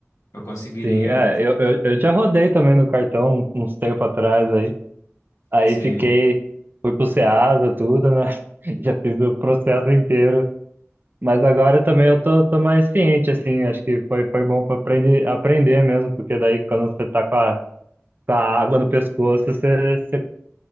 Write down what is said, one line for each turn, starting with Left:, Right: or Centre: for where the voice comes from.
Left: eu conseguiria
Right: sim. É, eu, eu, eu já rodei também no cartão uns tempos atrás aí. Aí
Left: se
Right: fiquei, fui pro Ceasa, tudo, né? <laughs> Já fiz o processo inteiro. Mas agora também eu tô, tô mais ciente, assim, acho que foi, foi bom para aprender, aprender mesmo, porque daí quando você tá com a, com a água no pescoço, você, você